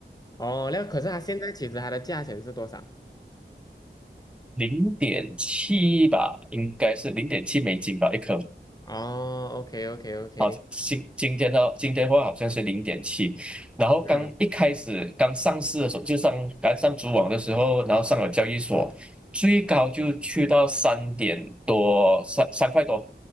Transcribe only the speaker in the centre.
零点七吧，应该是零点七美金吧一颗，
好，今今天的今天的话好像是零点七，然后刚一开始刚上市的时候，
就上刚上主网的时候，然后上了交易所，最高就去到三点多，三三块多，